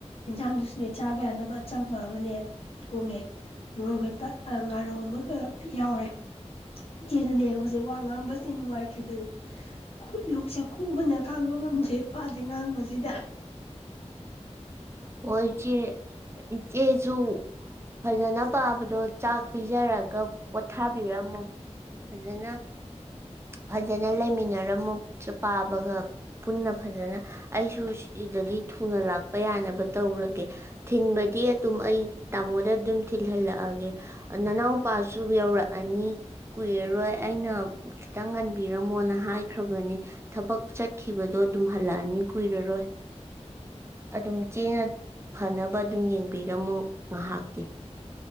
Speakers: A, on the left (about 55°); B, on the right (about 20°).
A: ꯏꯟꯖꯥꯡ ꯗꯨꯖꯨ ꯆꯥꯕ ꯌꯥꯅꯕ ꯑꯆꯝꯕ ꯑꯃꯅꯦ ꯊꯣꯡꯉꯦ ꯃꯣꯔꯣꯛ ꯃꯦꯠꯄ ꯉꯥꯔꯧ ꯑꯃꯒ ꯌꯥꯎꯔꯦ ꯏꯆ‌ꯦꯖꯨꯅꯦ ꯍꯧꯖꯤꯛ ꯋꯥ ꯉꯥꯡꯕꯁꯤ ꯅꯨꯡꯉꯥꯏꯇ꯭ꯔꯤꯕꯅꯤ ꯂꯣꯛꯁꯦ ꯈꯨꯕꯅ ꯈꯥꯡꯕ ꯉꯝꯗ꯭ꯔꯦ ꯋꯥꯖꯦ ꯉꯥꯡꯕꯖꯤꯗ ꯫
B: ꯍꯣꯏ ꯏꯆꯦ ꯏꯆꯦꯖꯨ ꯐꯖꯅ ꯄꯥꯕꯗꯣ ꯆꯥꯛ ꯄꯤꯖꯔꯒ ꯄꯣꯊꯥꯕꯤꯔꯝꯃꯣ ꯐꯖꯅ꯫ ꯐꯖꯅ ꯂꯩꯃꯤꯟꯅꯔꯝꯃꯣ ꯄꯥꯕꯒ ꯄꯨꯟꯅ ꯐꯖꯅ ꯑꯩꯖꯨ ꯁꯤꯗꯒꯤ ꯊꯨꯅ ꯂꯥꯛꯄ ꯌꯥꯅꯕ ꯇꯧꯔꯒꯦ ꯊꯤꯟꯕꯗꯤ ꯗꯨꯝ ꯑꯩ ꯇꯥꯃꯣꯗ ꯗꯨꯝ ꯊꯤꯜꯍꯂꯛꯑꯒꯦ ꯑꯥ ꯅꯅꯥꯎꯄꯥꯖꯨ ꯌꯧꯔꯛꯑꯅꯤ ꯀꯨꯏꯔꯔꯣꯢ ꯑꯩꯅ ꯈꯤꯇꯪ ꯉꯟꯕꯤꯔꯝꯃꯣꯅ ꯍꯥꯏꯈ꯭ꯔꯕꯅꯤ ꯊꯕꯛ ꯆꯠꯈꯤꯕꯗꯣ ꯑꯗꯨꯝ ꯍꯂꯛꯑꯅꯤ ꯀꯨꯏꯔꯔꯣꯢ ꯑꯗꯨꯝ ꯏꯐꯦꯅ ꯐꯅꯕ ꯗꯨꯝ ꯌꯦꯡꯕꯤꯔꯝꯃꯣ ꯉꯍꯥꯛꯇꯤ꯫